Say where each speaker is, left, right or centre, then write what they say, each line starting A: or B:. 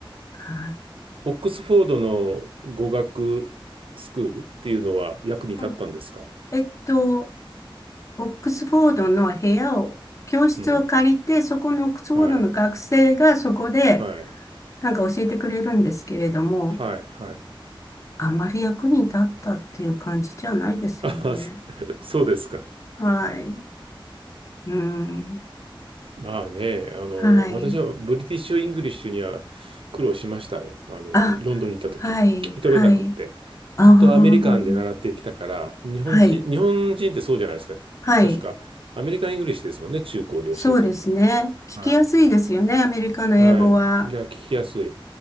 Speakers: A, on the left; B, on the right.
A: はい。
B: オックスフォードの語学スクールっていうのは役に立ったんですか
A: はいえっと、オックスフォードの部屋を、教室を借りて、
B: うん。
A: そこのオックスフォードの学生がそこで、
B: はい。はい。
A: なんか教えてくれるんですけれども、
B: はい。はい。
A: あんまり役に立ったっていう感じじゃないですよね。
B: あー、そ <laughs> そうですか。
A: はい。うん。
B: まあね、あの、
A: はい。
B: 私はブリティッシュ・イングリッシュには苦労しましたよ。あの、
A: あ、
B: ロンドンに行った時、
A: はい、
B: 聞き取れなくって。
A: はい。ああ、
B: ずっとアメリカンで習ってきたから、日本人、
A: はい、
B: 日本人ってそうじゃないですか。
A: はい。
B: 確か、アメリカン・イングリッシュですもんね、中高で教えてるのって。
A: そうですね。聞きやすいですよね、
B: はい。
A: アメリカの英語は。
B: はい。いや、聞きやすい。